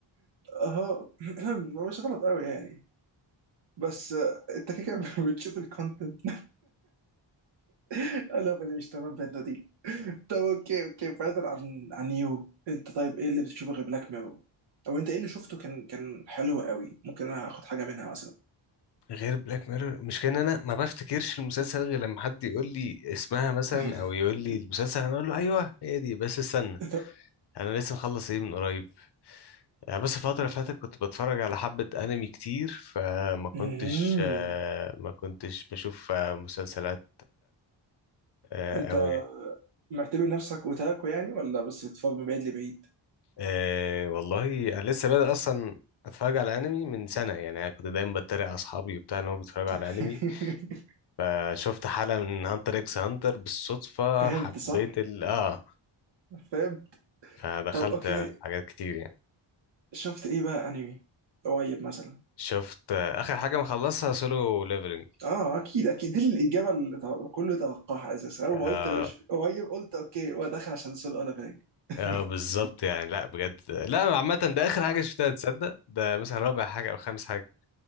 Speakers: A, on the right (about 65°); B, on the left (about 55°).
A: اه <clears throat> هو مش غلط قوي يعني بس آه، انت كده كده بتشوف الكونتنت <laughs> انا اللي مش تمام بنت دي طب اوكي اوكي بعيدا عن عن يو انت طيب ايه اللي بتشوفه غير بلاك ميرور او انت ايه اللي شفته كان كان حلو قوي ممكن انا اخد حاجه منها مثلا
B: غير بلاك ميرور مش كان انا ما بفتكرش المسلسل غير لما حد يقول لي اسمها مثلا
A: <laughs>
B: او يقول لي المسلسل انا اقول له ايوه هي دي بس استنى
A: طب
B: انا لسه مخلص ايه من قريب يعني بس الفترة اللي فاتت كنت بتفرج على حبة أنمي كتير فما كنتش
A: مهم.
B: آه، ما كنتش بشوف آه، مسلسلات أوي
A: انت معتبر نفسك اوتاكو يعني ولا بس بتتفرج من بعيد لبعيد
B: أه والله انا لسه بادئ اصلا اتفرج على انمي من سنه يعني انا كنت دايما بتريق على اصحابي وبتاع ان هم بيتفرجوا على
A: <laughs>
B: انمي فشفت حلقه من هانتر اكس هانتر بالصدفه
A: فهمت
B: حبيت
A: صح
B: ال اه
A: فهمت
B: فدخلت
A: طب اوكي
B: في حاجات كتير يعني
A: شفت ايه بقى انمي قريب مثلا
B: شفت آه، اخر حاجه مخلصها سولو ليفلنج
A: اه اكيد اكيد دي الاجابه اللي تو- كله توقعها اساسا اول
B: اه
A: ما قلت لو ش- قريب قلت اوكي هو داخل عشان سول اولافينج <laughs>
B: اه بالظبط يعني لا بجد لا عامه ده اخر حاجه شفتها تصدق ده مثلا رابع حاجه او خامس حاجه